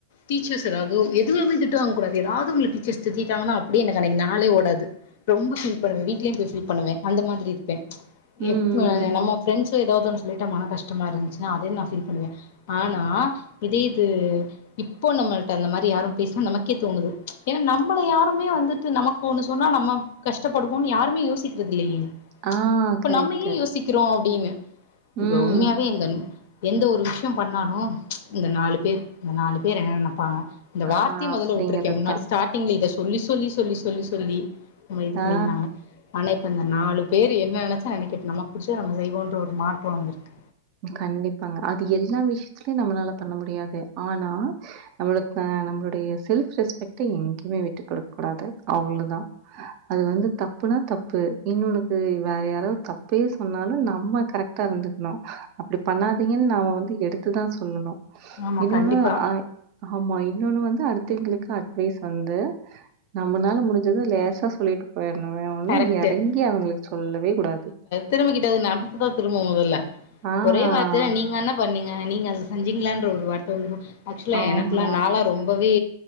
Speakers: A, on the left (about 50°); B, on the right (about 35°).
A: டீச்சர்ஸ் எதாவது எதுவுமே திட்டு வாங்க கூடாது எதாவது ஒன்ல டீச்சர்ஸ் திட்டிடாங்கனா அப்டியே எனக்கு அன்னைக்கு நாளே ஓடாது ரொம்போ ஃபீல் பண்ணுவே வீட்லயு போய் ஃபீல் பண்ணுவே அந்த மாதிரி இருப்ப
B: ம்.
A: எப் அ
B: ம்.
A: நம்ம ஃப்ரெண்ட்ஸு எதாவது ஒன் சொல்லிட்ட மன கஷ்டமா இருந்துச்சுனா அதயு நா ஃபீல் பண்ணுவே ஆனா இதே இது இப் போ நம்மள்ட்ட அந்த மாரி யாரும் பேசினா நமக்கே தோணுது ஏனா நம்மள யாருமே வந்துட்டு நமக்கு ஒன்னு சொன்னா நம்ம கஷ்டப்படுவோனு யாருமே யோசிக்றது இல்லையே
B: ஆ
A: இப்ப
B: கரெக்ட்டு.
A: நம்ம ஏ யோசிக்கிறோ அப்டீனு
B: ம்.
A: இப்ப உண்மையாவே இந்தன் எந்த ஒரு விஷ்யோ பண்ணாலு இந்த நாலு பேர் இந்த நாலு பேர் என்ன நெனப்பாங்க இந்த வார்த்தைய
B: ஆஹா
A: மொதல்ல
B: அப்படிங்கிறது
A: வுட்ருக்கே முன்னாடி
B: தான்.
A: ஸ்டார் ட்டிங்ல இத சொல்லி சொல்லி சொல்லி சொல்லி சொல்லி நம்மள இது பண்ணியிருந்தாங்க
B: ஆ
A: ஆனா இப்ப இந்த நாலு பேரு என்ன நெனச்சா நெனைக்கட்டோ நமக்கு புடிச்சத நம்ம செய்வோன்ற ஒரு மாற்றோ வந்துருக்கு
B: கண்டிப்பாங்க அது எல்லா விஷயத்லயு நம்மளால பண்ண முடியாது ஆனா நமளுக் நம்மளோடைய செல்ஃப் ரெஸ்பெக்ட எங்கேயுமே விட்டு குடுக் ககூடாது அவ்ளதா அது வந்து தப்புனா தப் ப்பு இன்னோனன்னுக்கு வேற யாராவது தப்பே சொன்னாலு நம்ம கரெக்ட்டா இருந்துக்கணோ அப்டி பண்ணாதீங்கனு நாம வந்து எடுத்துதா சொல்லணோ
A: ஆமா
B: இன்னோன்னு
A: கண்டிப்பா
B: அ ஆமா இன்னோன்னு வந்து அடுத்தவைங்குளுக்கு அட்வைஸ் வந்து நம்மளால முடிஞ்சத லேசா சொல்லிட்டு போயிடணுங்க வேனுனா
A: கரெக்ட்டு
B: எறங்கி அவுங்குளுக் சொல்லவே கூடாது
A: திரும்பிகிட்டது நமக்குதா திரும்பு மொதல்ல
B: ஆ.
A: ஒரே வார்த்தைல நீங்க என்ன பண்ணீங்க நீங்க அது செஞ்சீங்களான்ற ஒரு வார்த்த வந்துடோ ஆக்சுவலா
B: ஆமா.
A: எனக்குலா நாலா ரொம்பவே